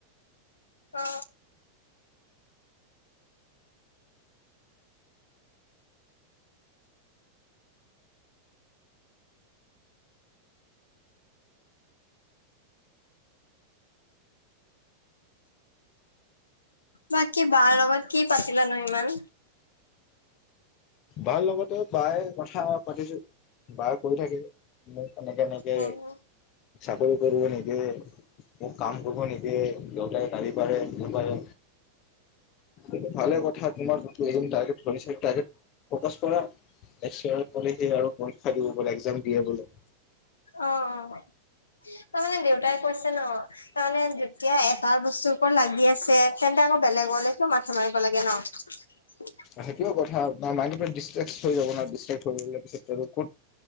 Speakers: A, on the left; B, on the left.
A: অ। বাকী বাৰ লগত কি পাতিলা নো ইমান?
B: বাৰ লগতে। পাই কথা পাতিছো। বাৰ কোন থাকে, মই। এনেকে এনেকে।
A: উম,
B: চা। কল কৰিব নিদিয়ে, ঔ। কাম কৰব নিদিয়ে দেউতাই গালি পাৰে, নাপাৰে, এইতো ভালে কথা তোমাৰ, লেওঁৰি টাৰগেট চলিছে টাৰগেট। ফকাচ কৰা। এক চেৰেল পলিতি আৰু পৰীক্ষা দিব বোলে এক্সাম দিয়ে বোলে।
A: অ অ। তাৰমানে দেউতাই কৈছে ন তাৰমানে যেতিয়া এটা বস্তুৰ ওপত লাগি আছে, তেন্তে আকৌ বেলেগলে কীয় মাথা মাৰিব লাগে ন।
B: সেইটোও কথা বা মাইনুটোৱে দেছেচ হৈ যাব ন দিছেগ হৈ গলে ক'ত।